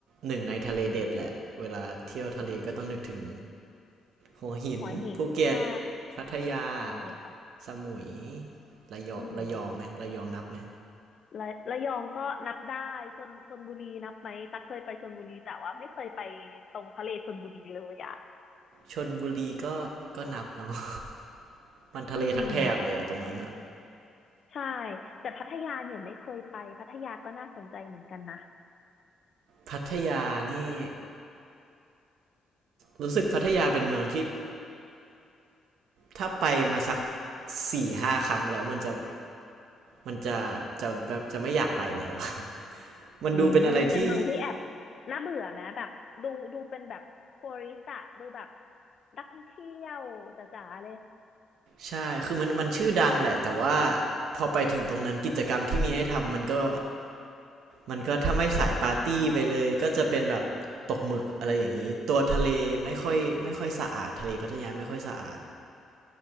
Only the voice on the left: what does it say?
หัวหินใช่
ใช่ค่ะ
อืมระระยองก็นับได้ชลชลบุรีนับไหมตั๊กเคยไปชลบุรีแต่ว่าไม่เคยไปตรงทะเลชลบุรีเลยอ่ะ
อืมใช่แต่พัทยาเนี่ยไม่เคยไปพัทยาก็น่าสนใจเหมือนกันนะ
อืมเป็นเมืองที่แอบน่าเบื่อไหมแบบดูดูเป็นแบบทัวริสต์อะดูแบบนักท่องเที่ยวจ๋าๆเลย
อืม